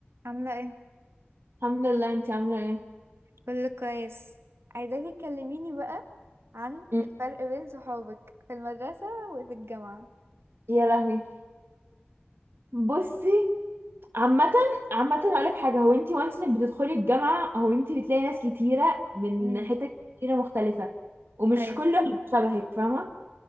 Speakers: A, on the right (about 85°); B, on the right (about 65°).
A: عاملة ايه؟
B: الحمد لله انتي عامله ايه
A: كله كويس عايزاكي تكلميني بقى عن
B: مم.
A: الفرق بين صحابك في المدرسة وفي الجامعة
B: يا لهوي بصي عامه عامه اقول لك حاجه هو انتي وانس انك بتدخلي الجامعه هو انتي بتلاقي ناس كتيره من
A: امم
B: حتت كتيره مختلفه ومش
A: ايوه
B: كلهم شبهك فاهمه